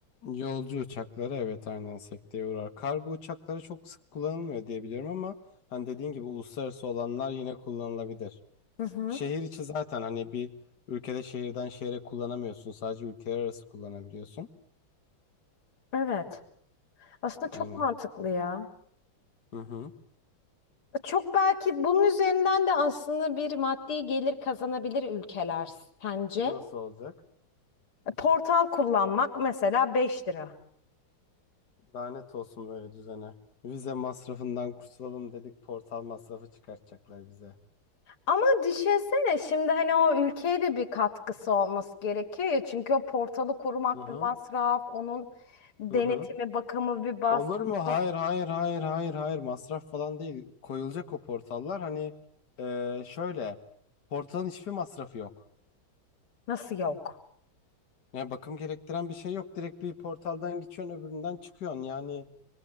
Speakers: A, on the left (about 50°); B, on the left (about 80°).
A: Yolcu uçakları evet aynen sekteye uğrar. Kargo uçakları çok sık kullanılmıyor diye biliyorum ama hani dediğin gibi uluslararası olanlar yine kullanılabilir.
B: Hı hı.
A: Şehir içi zaten hani bir ülkede şehirden şehre kullanamıyorsun. Sadece ülkeler arası kullanabiliyorsun.
B: Evet. Aslında çok
A: Aynen.
B: mantıklı ya.
A: Hı hı
B: Çok belki bunun üzerinden de aslında bir maddi gelir kazanabilir ülkeler sence?
A: Nasıl olacak?
B: E, Portal kullanmak mesela 5 lira.
A: Lanet olsun böyle düzene. Vize masrafından kurtulalım dedik portal masrafı çıkartacaklar bize.
B: Ama düşünsene şimdi hani o ülkeye de bir katkısı olması gerekiyor ya. Çünkü o portalı kurmak
A: Hı hı
B: bir masraf, onun denetimi,
A: hı hı.
B: bakımı bir masraf.
A: Olur mu? Hayır hayır hayır hayır hayır masraf falan değil. Koyulacak o portallar hani eee, şöyle portalın hiçbir masrafı yok.
B: Nasıl yok?
A: Yani bakım gerektiren bir şey yok. Direkt bir portaldan geçiyorsun öbüründen çıkıyorsun. Yani